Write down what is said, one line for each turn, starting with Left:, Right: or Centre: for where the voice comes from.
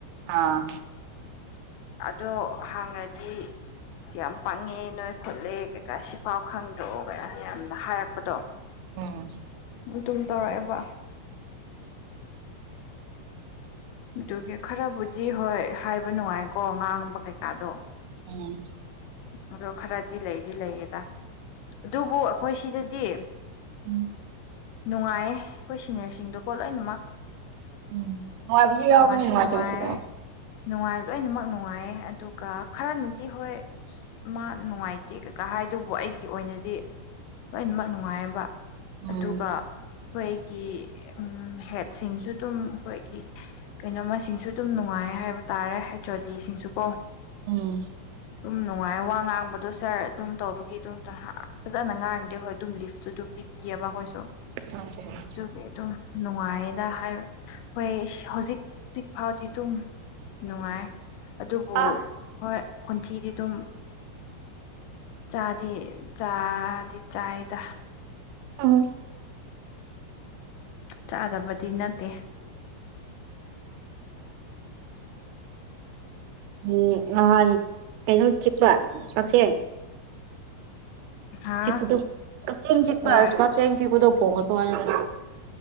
Right: ꯑꯥ
Left: ꯑꯗꯣ ꯍꯪꯔꯗꯤ ꯁꯤ ꯌꯥꯝ ꯄꯥꯡꯉꯦ ꯅꯣꯏ ꯈꯣꯠꯂꯦ ꯀꯩꯀꯥ ꯁꯤꯐꯥꯎ ꯈꯪꯗ꯭ꯔꯣ ꯀ ꯌꯥꯝꯅ ꯍꯥꯏꯔꯛꯄꯗꯣ
Right: ꯎꯝ
Left: <unintelligible> ꯇꯨꯝ ꯇꯧꯔꯛꯑꯦꯕ ꯑꯗꯨꯒꯤ ꯈꯔꯕꯨꯗꯤ ꯍꯣꯏ ꯍꯥꯏꯕ ꯅꯨꯡꯉꯥꯏꯀꯣ ꯉꯥꯡꯕ ꯀꯩꯀꯥꯗꯣ
Right: ꯎꯝ
Left: ꯑꯗꯣ ꯈꯔꯗꯤ ꯂꯩꯗꯤ ꯂꯩꯌꯦꯗ ꯑꯗꯨꯕꯨ ꯑꯩꯈꯣꯏ ꯁꯤꯗꯗꯤ
Right: ꯎꯝ
Left: ꯅꯨꯡꯉꯥꯏꯌꯦ ꯑꯩꯈꯣꯏ ꯁꯤꯅꯤꯌꯔꯁꯤꯡꯗꯀꯣ ꯂꯣꯏꯅꯃꯛ
Right: ꯎꯝ ꯅꯨꯡꯉꯥꯏꯕꯁꯨ ꯌꯥꯎꯕꯅꯦ
Left: ꯃꯉꯁꯨ
Right: ꯅꯨꯡꯉꯥꯏꯇꯕꯁꯨ
Left: ꯅꯨꯡꯉꯥꯏ
Right: ꯌꯥꯎꯕ
Left: ꯅꯨꯡꯉꯥꯏ ꯂꯣꯏꯅꯃꯛ ꯅꯨꯡꯉꯥꯏꯌꯦ ꯑꯗꯨꯒ ꯈꯔꯅꯗꯤ ꯍꯣꯏ ꯑꯁ ꯃꯥ ꯅꯨꯡꯉꯥꯏꯇꯦ ꯀꯩꯀꯥ ꯍꯥꯏꯗꯨꯕꯨ ꯑꯩꯒꯤ ꯑꯣꯏꯅꯗꯤ ꯂꯣꯏꯅꯃꯛ ꯅꯨꯡꯉꯥꯏꯕ
Right: ꯎꯝ
Left: ꯑꯗꯨꯒ ꯑꯩꯈꯣꯏꯒꯤ ꯍꯦꯠꯁꯤꯡꯁꯨ ꯑꯗꯨꯝ ꯑꯩꯈꯣꯏꯒꯤ ꯀꯩꯅꯣ ꯃꯁꯤꯡꯁꯨ ꯑꯗꯨꯝ ꯅꯨꯡꯉꯥꯏ ꯍꯥꯏꯕ ꯇꯥꯔꯦ ꯍꯩꯆ ꯑꯣ ꯗꯤꯁꯤꯡꯁꯨ ꯄꯣ
Right: ꯎꯝ
Left: ꯑꯗꯨꯝ ꯅꯨꯡꯉꯥꯏ ꯋꯥ ꯉꯥꯡꯕꯗꯣ ꯁꯥꯔ ꯑꯗꯨꯝ ꯇꯧꯕꯒꯤ ꯑꯗꯨꯝ ꯐꯖꯅ ꯉꯥꯡꯅꯤꯡꯗꯦ ꯍꯣꯏ ꯑꯗꯨꯝ ꯂꯤꯐꯇꯨ ꯑꯗꯨꯝ ꯄꯤ ꯀꯑꯕ ꯀꯣꯏꯁꯨꯣ
Right: ꯑꯦ
Left: ꯑꯗꯨꯒꯤ ꯑꯗꯨꯝ ꯅꯨꯡꯉꯥꯏꯌꯦꯅ ꯍꯥꯏ ꯍꯣꯏ ꯍꯧꯖꯤꯛꯖꯤꯛ ꯐꯥꯎꯗꯤ ꯑꯗꯨꯝ ꯅꯨꯡꯉꯥꯏ ꯑꯗꯨꯕꯨ
Right: ꯑꯥ
Left: ꯍꯣꯏ ꯈꯣꯟꯊꯤꯗꯤ ꯑꯗꯨꯝ ꯆꯥꯗꯤ ꯆꯥꯗꯤ ꯆꯥꯏꯗ
Right: ꯑ
Left: ꯆꯥꯗꯕꯗꯤ ꯅꯠꯇꯦ
Right: ꯎꯝ ꯑ ꯀꯩꯅꯩꯅ ꯆꯤꯛꯄ ꯄꯁꯦ
Left: ꯍꯥ
Right: ꯆꯤꯛꯄꯗ ꯀꯆꯤꯡ ꯆꯤꯛꯄ
Left: ꯍꯣꯏ
Right: ꯀꯛꯆꯤꯡ ꯆꯤꯛꯄꯗ ꯐꯣꯡꯉꯄꯅꯤꯗ